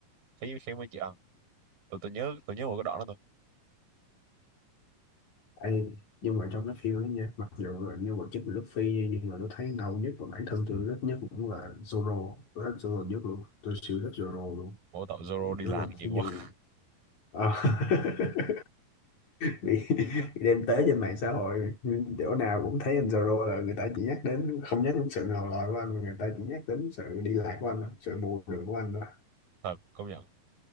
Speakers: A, on the right; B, on the left.
A: khí khí mới chịu ăn tôi tôi nhớ tôi nhớ một cái đoạn đó thôi
B: Ê, nhưng mà trong cái phim đó nha mặc dù là nhân vật chính là Luffy nhưng mà tôi thấy ngầu nhất và bản thân tôi thích nhất cũng là Zoro tôi thích Zoro nhất luôn tôi siêu thích Zoro luôn
A: mỗi tội Zoro đi
B: nó
A: lạc
B: là một
A: nhiều
B: cái nhân
A: quá <laughs>
B: Ờ. <laughs> bị, <laughs> bị đem tới trên mạng xã hội nhưng chỗ nào cũng thấy anh Zoro là người ta chỉ nhắc đến không nhắc đến sự ngầu lòi của anh mà người ta chỉ nhắc đến sự đi lại của anh thôi, sự bù đường của anh thôi
A: thật công nhận